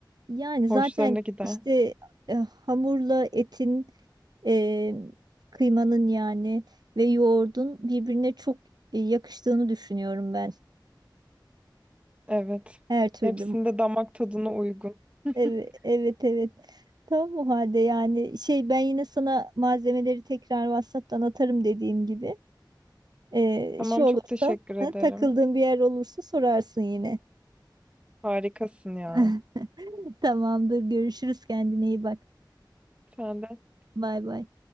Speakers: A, on the right (about 55°); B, on the right (about 15°).
A: yani
B: <laughs> Hoşlarına
A: zaten
B: gider.
A: işte e, hamurla etin e, kıymanın yani ve yoğurdun birbirine çok e, yakıştığını düşünüyorum ben.
B: Evet.
A: Her türlü.
B: Hepsinde damak tadına uygun. <laughs>
A: Evet, evet, evet. Tamam o halde yani şey ben yine sana malzemeleri tekrar WhatsApp'tan atarım dediğim gibi. Ee,
B: Tamam
A: şu olursa
B: çok teşekkür ederim.
A: ha, takıldığın bir yer olursa sorarsın yine.
B: Harikasın ya.
A: <laughs> Tamamdır. Görüşürüz. Kendine iyi bak.
B: Sen de.
A: Bay bay.